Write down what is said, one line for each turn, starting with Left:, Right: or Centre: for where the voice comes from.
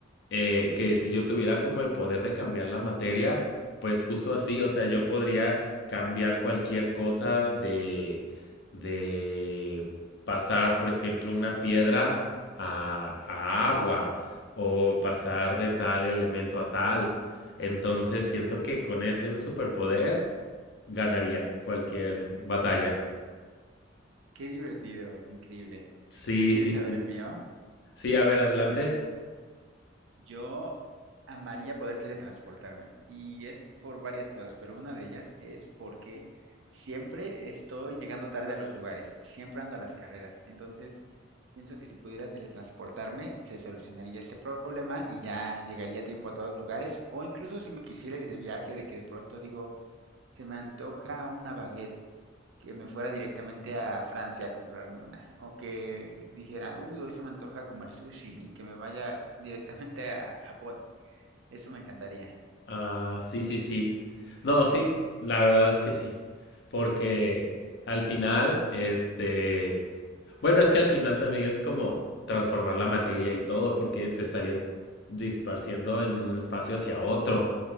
Left: eh, que si yo tuviera como el poder de cambiar la materia, pues justo así, o sea, yo podría cambiar cualquier cosa de, de pasar, por ejemplo, una piedra a, a agua o pasar de tal elemento a tal. Entonces siento que con ese superpoder ganaría cualquier batalla.
Right: Qué divertido, qué increíble.
Left: Sí,
Right: ¿Quieres
Left: sí,
Right: saber
Left: sí.
Right: el mío?
Left: Sí, a ver, adelante.
Right: Yo amaría poder teletransportarme y es por varias cosas, pero una de ellas es porque siempre estoy llegando tarde a los lugares y siempre ando a las carreras. Entonces, pienso que si pudiera teletransportarme, se solucionaría este problema y ya llegaría a tiempo a todos los lugares. O incluso si me quisiera ir de viaje, de que de pronto digo, se me antoja una baguette que me fuera directamente a Francia a comprarme una. O que dijera, uy, hoy se me antoja comer sushi y que me vaya <laughs> directamente a Japón. Eso me encantaría.
Left: Ah, sí, sí, sí. No, sí, la verdad es que sí. Porque al final, este, bueno, es que al final también es como transformar la materia y todo, porque te estarías disparciendo en un espacio hacia otro.